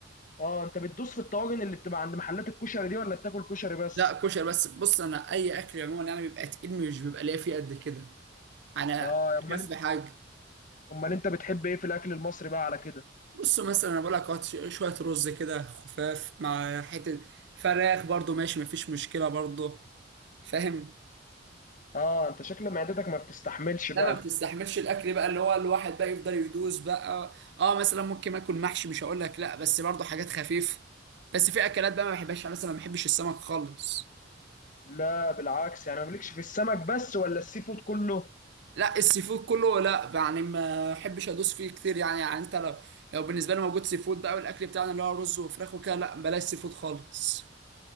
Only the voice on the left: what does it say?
اه انت بتدوس في الطواجن اللي بتبقى عند محلات الكشري دي ولا بتاكل كشري بس
اه امال
انت
امال انت بتحب ايه في الاكل المصري بقى على كده
اه انت شكل معدتك ما بتستحملش بقى
لا بالعكس يعني مالكش في السمك بس ولا السي فود كله